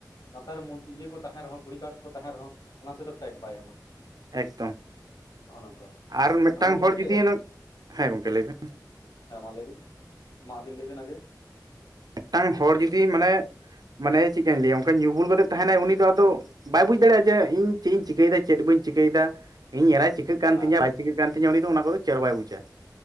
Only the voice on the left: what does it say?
ᱞᱟᱛᱟᱨ ᱨᱮ ᱢᱩᱫᱽ ᱤᱭᱟᱹ ᱠᱚ ᱛᱟᱦᱮᱸᱱ ᱨᱮᱦᱚᱸ ᱠᱩᱲᱤ ᱠᱟᱴ ᱠᱚ ᱛᱟᱦᱮᱸᱱ ᱨᱮᱦᱚᱸ ᱚᱱᱟ ᱛᱮᱫᱚ ᱴᱮᱠ ᱵᱟᱭ ᱮᱢᱟ᱾
ᱱᱚᱜᱼᱚ ᱱᱚᱝᱠᱟ
ᱛᱟᱦᱚᱞᱮ ᱜᱚᱝᱠᱮ
ᱦᱮᱸ ᱢᱟ ᱞᱟᱹᱭᱵᱤᱱ? ᱢᱟ ᱟᱹᱵᱤᱱ ᱞᱟᱹᱭᱵᱤᱱ ᱟᱜᱮ?
ᱦᱮᱸ